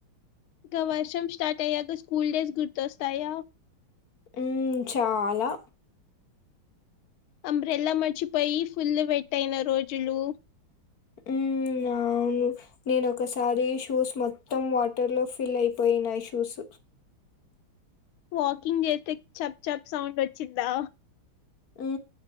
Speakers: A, on the left; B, on the left.
A: ఇంకా వర్షం స్టార్ట్ అయ్యాక స్కూల్ డేస్ గుర్తొస్తాయా
B: ఉ చాలా
A: అంబ్రెల్లా మర్చిపోయి ఫుల్లు వెట్టయిన రోజులు
B: ఉ అవును నేను ఒకసారి షూస్ మొత్తం వాటర్ లో ఫిల్ అయిపోయినాయి షూస్
A: వాకింగ్ చేస్తే చప్ చప్ సౌండ్ వచ్చిందా
B: ఉ